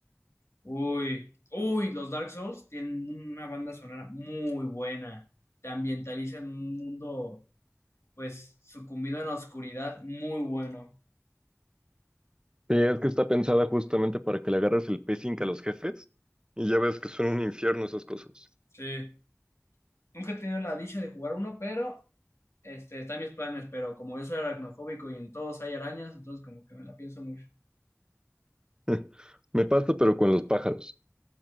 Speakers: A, on the left; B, on the right.
A: uy, uy, los Dark Souls tienen una banda sonora muy buena. Te ambientaliza en un mundo pues sucumbido en la oscuridad, muy bueno.
B: Sí, es que está pensada justamente para que le agarres el pacing a los jefes y ya ves que son un infierno esas cosas.
A: Sí. Nunca he tenido la dicha de jugar uno, pero este, está en mis planes, pero como yo soy aracnofóbico y en todos hay arañas, entonces como que me la pienso mucho.
B: <laughs> Me pasa, pero con los pájaros.